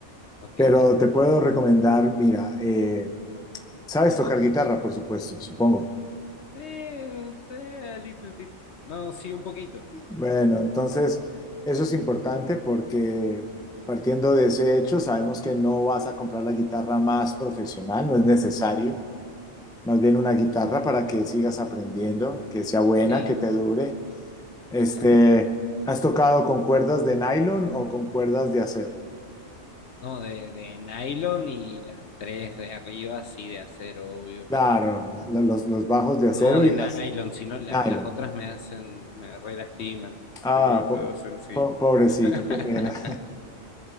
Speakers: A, on the left; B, in the centre.
A: Ok.
B: Pero
A: Eh,
B: te puedo recomendar, mira, eh, sabes tocar guitarra, por supuesto, supongo.
A: eh, a little bit. No, sí, un poquito.
B: Bueno, entonces eso es importante porque partiendo de ese hecho, sabemos que no vas a comprar la guitarra más profesional, no es necesario. más bien una guitarra para que sigas aprendiendo, que sea buena,
A: Sí,
B: que te dure. Este,
A: exacto.
B: ¿has tocado con cuerdas de nylon o con cuerdas de acero?
A: No, de, de nylon y las tres de arriba, sí, de acero, obvio,
B: Claro,
A: pero
B: la- la- los, los bajos de acero
A: no de
B: y
A: nylon,
B: las
A: sino la-
B: nylon.
A: las otras me hacen, me re lastiman.
B: Ah,
A: Tengo los
B: po-
A: dedos sensibles.
B: po- pobrecito,
A: <laughs>
B: qué pena. <laughs>